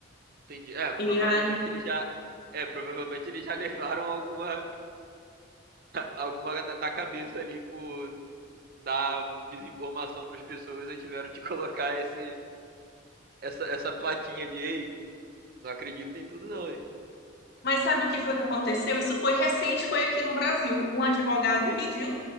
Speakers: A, on the right; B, on the left.
A: entendi. É, provavelmente
B: E aí.
A: eles já, é, provavelmente eles já <laughs> levaram alguma, alguma na na cabeça ali por dar desinformação para as pessoas e tiveram que colocar esse essa, essa plaquinha de ei, Não acredito em tudo, não, hein?
B: Mas sabe o que foi que aconteceu? Isso foi recente, foi aqui no Brasil. Um advogado
A: Eita,
B: pediu
A: <laughs>